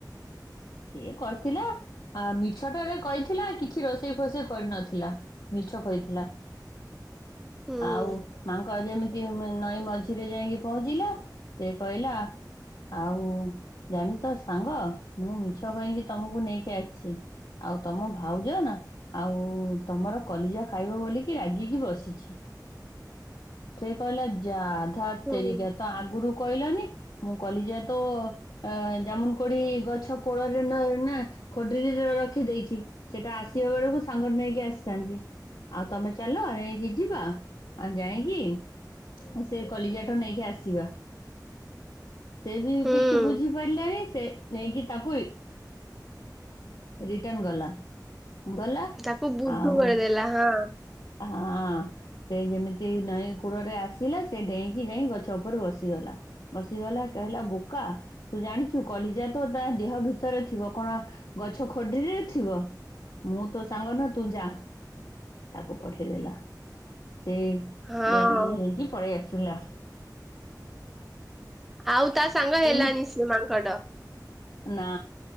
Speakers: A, on the left (about 80°); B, in the centre.
A: ସିଏ କରିଥିଲା। ଆ ମିଛଟାରେ କହିଥିଲା କିଛି ରୋଷେଇ ଫୋଷେଇ କରିନଥିଲା ମିଛ କହିଥିଲା।
B: <inaudible> ହୁଁ
A: ଆଉ ମାଙ୍କ ଯେମିତି ନଈ ମଝିରେ ଯାଇକି ପହଞ୍ଚିଲା ସେ କହିଲା ଆଉ ଜାଣି ତ ସାଙ୍ଗ ମୁଁ ମିଛ କହିକି ତମକୁ ନେଇକି ଆସି ଆଉ ତମ ଭାଉଜ ନା? ଆଉ ତମର କଲିଜା ଖାଇବ ବୋଲିକି ରାଗିକି ବସିଛି। ସେ କହିଲା ଯା ଧା
B: ହୁଁ
A: ତେରିକା ତ ଆଗରୁ କହିଲନି? ମୁଁ କଲିଜା ତ ଅ ଜାମୁନ କୋଲି ଗଛ କୋଳରେ ନ ନା? ଖୋଟ ରଖିଦେଇଛି ସେଇଟା ଆସିବା ବେଳକୁ ସାଙ୍ଗ ନେଇକି ଆସିଥାନ୍ତି। ଆଉ ତମେ ଚାଲ ଏଣକି ଯିବା ଆ ଯାଇକି ସେ କଲିଜାଠ ନେଇକି ଆସିବା। ସେ ବି
B: ହୁଁ
A: କିଛି ବୁଝିପାରିଲାନି ସେ ନେଇକି ତାକୁ ରିଟର୍ଣ ଗଲା ଗଲା
B: ତାକୁ ବୁଦ୍ଧୁ
A: ଆଉ
B: କରିଦେଲା ହଁ
A: ହଁ। ସେ ଯେମିତି ନଈ କୂଳରେ ଆସିଲା ସେ ଡେଇଁକି ଯାଇ ଗଛ ଉପରେ ବସିଗଲା। ବସିଗଲା କହିଲା ବୋକା ତୁ ଜାଣିଛୁ କଲିଜା ତ ତା ଦେହ ଭିତରେ ଥିବ କଣ? ଗଛ ଖଡିିରେ ଥିବ ମୁଁ ତ ସାଙ୍ଗନ ତୁ ଯା। ତାକୁ ପଠେଇଦେଲା ସେ ଇ
B: ହଁ।
A: ଇଏ ହେଇକି ପଳେଇ ଆସିଲା।
B: ଆଉ ତା ସାଙ୍ଗ
A: କେମି
B: ହେଲାନି ସେ ମାଙ୍କଡ।
A: ନା